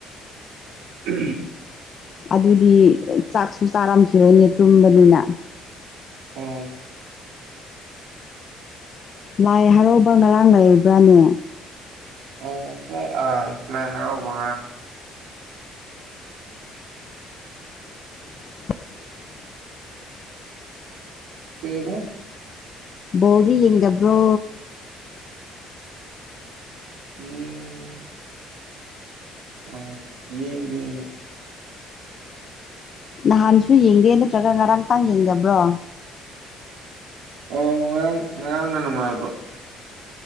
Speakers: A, on the right (about 80°); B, on the left (about 40°).
A: ꯀ
B: ꯑꯗꯨꯗꯤ ꯆꯥꯛꯁꯨ ꯆꯥꯔꯝꯈꯤꯔꯣꯏꯅꯦ ꯇꯨꯝꯕꯅꯤꯅ
A: ꯑꯣ
B: ꯂꯥꯏ ꯍꯔꯥꯎꯕ ꯉꯔꯥꯡ ꯂꯩꯕ꯭ꯔꯥꯅꯦ
A: ꯑ ꯁꯤ ꯑꯥ ꯂꯥꯏ ꯍꯥꯏꯔꯛꯑꯣ ꯉꯥ
B: <unintelligible>
A: ꯀꯕ
B: ꯣꯕꯤ ꯌꯦꯉꯕ꯭ꯔꯣ
A: ꯏ ꯑ ꯌꯦꯡ ꯌꯦ
B: ꯅꯍꯥꯟꯁꯨ ꯌꯦꯡꯗꯦ ꯅꯠꯇ꯭ꯔꯒ ꯉꯔꯥꯡ ꯇꯥꯡ ꯌꯦꯡꯗꯕ꯭ꯔꯣ
A: ꯑꯣ ꯉꯔꯥꯡ ꯉꯔꯥꯡꯅ ꯅꯨꯡꯉꯥꯏꯕ